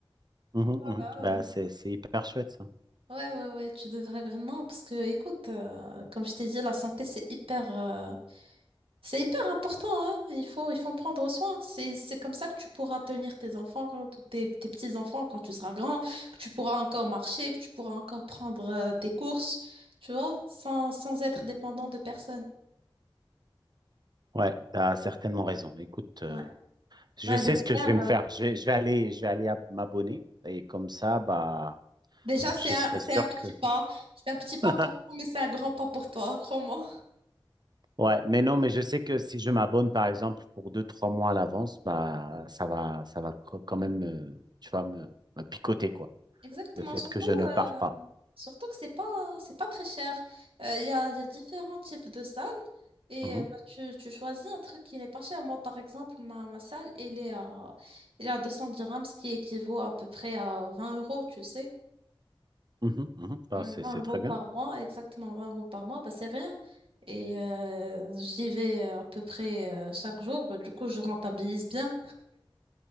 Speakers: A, on the right; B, on the right.
A: Mhm,
B: Ah
A: mhm.
B: ouais.
A: Bah, c'est, c'est hyper chouette, ça.
B: Ouais, ouais, ouais, tu devrais vraiment, parce que, écoute, euh, comme je t'ai dit, la santé, c'est hyper, euh, c'est hyper important, hein. Il faut, il faut en prendre soin. C'est, c'est comme ça que tu pourras tenir tes enfants, quand- ou tes, tes petits-enfants quand tu seras grand, que tu pourras encore marcher, que tu pourras encore prendre, euh, tes courses, tu vois, sans, sans être dépendant de personne.
A: Ouais, tu as certainement raison. Écoute, euh,
B: Ouais.
A: je
B: Ouais,
A: sais
B: j'espère.
A: ce que je vais me faire. Je vais, je vais aller, je vais aller à- m'abonner et comme ça, bah,
B: Déjà, c'est
A: je
B: un,
A: serai sûr
B: c'est un petit
A: que.
B: pas. C'est un petit pas
A: <laughs>
B: pour nous, mais c'est un grand pas pour toi, crois-moi.
A: Ouais, mais non, mais je sais que si je m'abonne, par exemple, pour deux, trois mois à l'avance, bah, ça va, ça va co- quand même, euh, tu vas me, me picoter, quoi,
B: Exactement,
A: le fait
B: surtout,
A: que je ne pars pas.
B: Surtout que c'est pas c'est pas très cher. Euh, Il y a, il y a différents types de salles et
A: Mhm,
B: euh, bah, tu, tu choisis un truc qui n'est pas cher. Moi, par exemple, ma, ma salle, elle est à, elle est à 200 dirhams, ce qui équivaut à peu près à 20 euros, tu sais.
A: mhm, mhm. Ah,
B: Euh,
A: c'est,
B: 20
A: c'est
B: euros
A: très
B: par
A: bien.
B: mois, exactement 20 euros par mois, bah, c'est rien. Et euh, j'y vais euh, à peu près euh, chaque jour. Bah, du coup, je rentabilise bien.